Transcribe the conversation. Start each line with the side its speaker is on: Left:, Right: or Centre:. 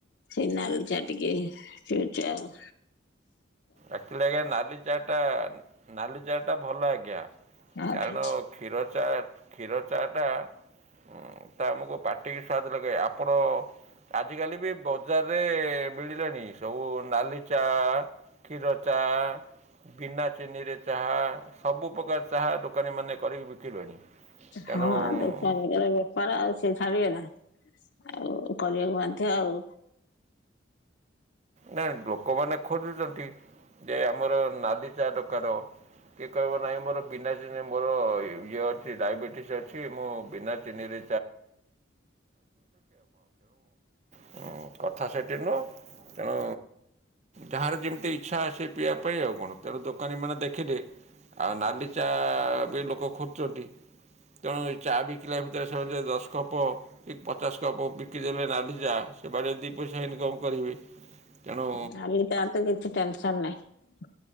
Left: ସେଇ ନାଲି ଚା ଟିକେ ପିଉଚି ଆଉ।
Right: ଆକଚୁଆଲି ଆଜ୍ଞା ନାଲି ଚାହାଟା ନାଲି ଚାହାଟା ଭଲ ଆଜ୍ଞା
Left: ଆଉ
Right: କାରଣ
Left: କିଛି
Right: କ୍ଷୀର ଚା କ୍ଷୀର ଚାହାଟା ହୁଁ ତ ଆମକୁ ପାଟିକୁ ସ୍ୱାଦ ଲାଗେ ଆପଣ ଆଜିକାଲି ବି ବଜାରରେ ମିଳିଲାଣି ସବୁ ନାଲି ଚା? କ୍ଷୀର ଚା। ବିନା ଚିନିରେ ଚାହା ସବୁପ୍ରକାର ଚାହା ଦୋକାନୀମାନେ କରିକି ବିକିଲେଣି। ତେଣୁ
Left: ହଁ ଦୋକାନବେ <unintelligible> ବେପାର ଆଉ ସିଏ ଛାଡିବେ ନା ଆଉ କରିବାକୁ ବାଧ୍ୟ ଆଉ।
Right: ନା ଲୋକମାନେ ଖୋଜୁଛନ୍ତି ଯେ ଆମର ନାଲି ଚା ଦକାର। କିଏ କହିବ ନାହିଁ ମୋର ବିନା ଚିନି ରେ ମୋର ଇଏ ଅଛି ଡାଇବେଟିସ୍ ଅଛି ମୁଁ ବିନା ଚିନିରେ <unintelligible> ହୁଁ କଥା ସେଠି ନୁହଁ। ତେଣୁ ଯାହାର ଯେମିତି ଇଚ୍ଛା ଆସ ପିଇବା ପାଇଁ ଆଉ କଣ। ତେଣୁ ଦୋକାନୀମାନେ ଦେଖିଲେ ଆଉ ନାଲି ଚା ବି ଲୋକ ଖୋଜୁଛନ୍ତି। ତେଣୁ ଚା ବିକିଲା ଭିତରେ ସେ ଦଶ କପ କି ପଚାଶ କପ ବିକିଦଲେ ନାଧିଚା ସେ ବାଡ଼ ଦୁଇ ପଇସା ଇନକମ୍ କରିବେ। ତେଣୁ
Left: ତାର ତ କିଛି ଟେନସନ ନାହିଁ।